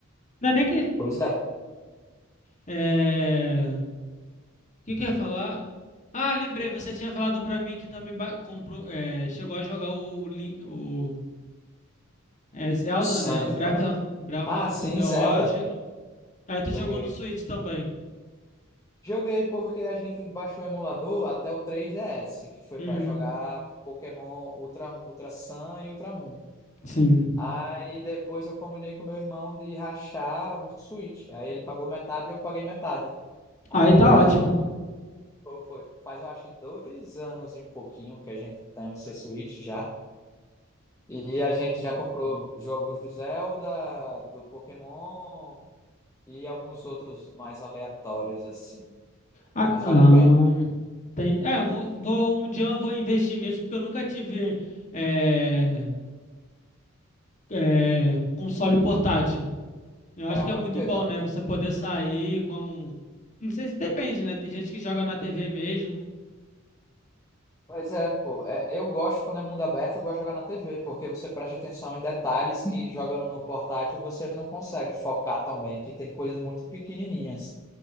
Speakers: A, on the left (about 35°); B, on the left (about 15°).
A: Não é nem que.
B: Pois é,
A: É... é, O que que eu ia falar? Ah, lembrei, você tinha falado pra mim que também ba- comprou, é, chegou a jogar o, Lin- o é, Zelda,
B: o sonho,
A: né? O Breath
B: né?
A: of, Breath
B: Ah,
A: of
B: sim,
A: the the
B: Zelda.
A: Wild. Aí tu
B: Joguei.
A: jogou no Switch também.
B: Joguei porque a gente baixou o emulador até o 3DS, que foi
A: Uhum,
B: para jogar Pokémon Ultra, Ultra Sun e Ultra Moon.
A: sim.
B: Aí depois eu combinei com meu irmão de rachar um Switch. Aí ele pagou metade e eu paguei metade. Aí
A: Aí tá
B: a
A: ótimo.
B: gente pô, foi, faz eu acho que dois anos e um pouquinho que a gente tem o seu Switch já. E a gente já comprou jogos do Zelda, do Pokémon e alguns outros mais aleatórios assim.
A: Ah,
B: Mas
A: ahn,
B: vale a pena.
A: tem- é, eu vou, vou- um dia eu vou investir nisso porque eu nunca tive é, é, console portátil. Eu acho
B: É
A: que
B: o meu
A: é muito
B: primeiro
A: bom,
B: também.
A: né? Você poder sair com. Não sei se depende, né? Tem gente que joga na TV mesmo.
B: Pois é, pô. É, eu gosto quando é mundo aberto, eu gosto de jogar na TV, porque você presta atenção em detalhes que jogando no portátil você não consegue focar tão bem, que tem coisas muito pequenininhas.